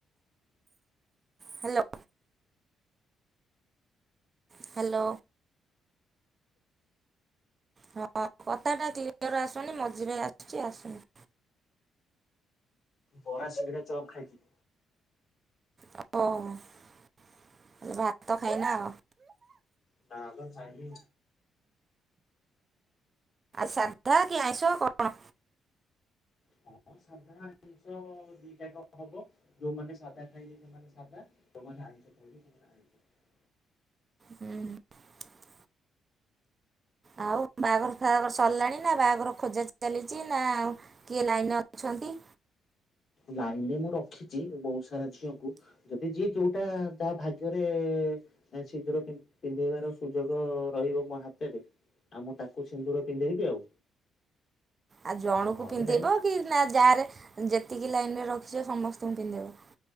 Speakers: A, on the right; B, on the left.
A: ହ୍ୟାଲୋ। ହ୍ୟାଲୋ। ହଁ କଥାଟା କ୍ଲିୟର ଆସୁନି ମଝିରେ ଆସୁଛି ଆସୁନି
B: ବରା ଶିଂଘଡା ଚପ୍ ଖାଇଥିଲି।
A: ହୋଁ ଭାତ ଖାଇନା ଆଉ
B: <unintelligible> ତା କ ଖାଇ
A: ଆ ଶାଦ୍ଧା କି ଆଇଁସ କଣ?
B: ହଁ ସାଧା ଜିନିଷ ଦିଟାକ ହବ ଯୋଉମାନେ ସାଧା ଖାଇ ସେମାନେ ସାଧା ଯୋଉମାନେ ଆ <unintelligible> ଆ ଭବ ସମମର ଆ <unintelligible>
A: ହୁଁ <inaudible> ଆଉ ବାହାଘର ଫାହାଘର ସରିଲାଣି ନା ବାହାଘର ଖୋଜା ଚାଲିଛି ନା ଆଉ କିଏ ଲାଇନ ରେ ଅଛନ୍ତି?
B: ଲାଇନରେ ମୁଁ ରଖିଛି ବହୁତ ସାରା ଝିଅକୁ ଯଦି ଯିଏ ଯୋଉଟା ଯାହା ଭାଗ୍ୟରେ ସିନ୍ଦୁର ପିନ୍ଧେଇବାର ସୁଯୋଗ ରହିବ ମୋ ହାତରେ ଆଉ ମୁଁ ତାକୁ ସିନ୍ଦୁର ପିନ୍ଧେଇବି ଆଉ
A: ଆଉ ଜଣକୁ
B: ନହେଲେ
A: ପିନ୍ଧେଇବ
B: ନାଇଁ
A: କି ନା ଯାରେ ଯେ ଏତିକି ଲାଇନ୍ରେ ରଖିଛ ସମସ୍ତଙ୍କୁ ପିନ୍ଧିଇବ